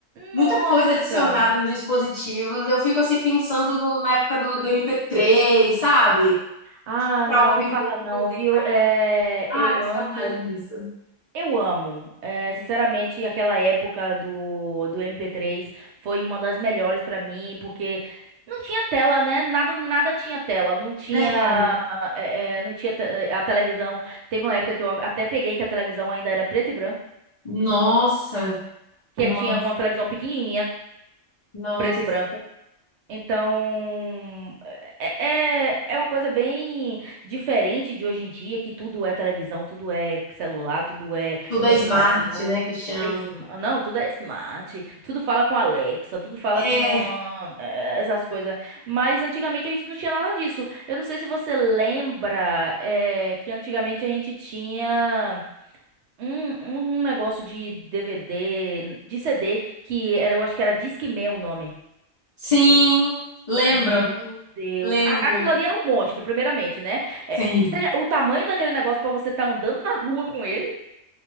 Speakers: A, on the left (about 40°); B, on the right (about 65°).
A: muita
B: Nossa!
A: coisa adicionada nos dispositivos. Eu fico, assim, pensando no- na época do, do MP3, sabe?
B: Ah,
A: Para
B: não,
A: ouvir
B: não fala não,
A: música.
B: viu? É,
A: Ai,
B: eu
A: que
B: amo.
A: saudade disso.
B: Eu amo. É, sinceramente, aquela época do, do MP3 foi uma das melhores pra mim, porque não tinha tela, né? Nada, nada tinha tela. Não tinha,
A: Verdade.
B: é, é, não tinha te- a televisão. Teve uma época que eu até peguei que a televisão ainda era preto e branco,
A: Nossa,
B: que
A: no-
B: tinha uma televisão pequenininha,
A: nossa.
B: preto e branco. Então, é, é é uma coisa bem diferente de hoje em dia, que tudo é televisão, tudo é celular, tudo é
A: Tudo é
B: computador,
A: smart,
B: tudo
A: né, que chamam.
B: é sma- não, tudo é smart, tudo fala com Alexa, tudo fala
A: É,
B: com eh, essas coisas. Mas antigamente a gente não tinha nada disso. Eu não sei se você lembra, eh, que antigamente a gente tinha. Um, um um negócio de DVD, de CD, que era, eu acho que era Discman o nome.
A: sim, lembro,
B: Meu Deus.
A: lembro.
B: A- Aquilo ali era um monstro, primeiramente, né? É,
A: Sim.
B: seja, o tamanho daquele negócio pra você estar andando na rua com ele